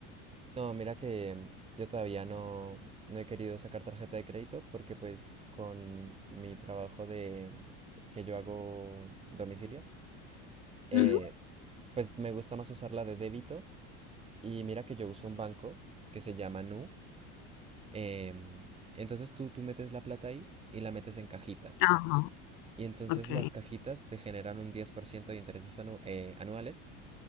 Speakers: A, on the right; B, on the left.
A: No, mira que mm, yo todavía no, no he querido sacar tarjeta de crédito porque pues con mi trabajo de que yo hago domicilios, eh,
B: Ujú.
A: pues me gusta más usar la de débito y mira que yo uso un banco que se llama Nu. em, entonces tú, tú metes la plata ahí y la metes en cajitas.
B: Ajá,
A: Y entonces
B: ok.
A: las cajitas te generan un 10% de intereses anu- eh, anuales.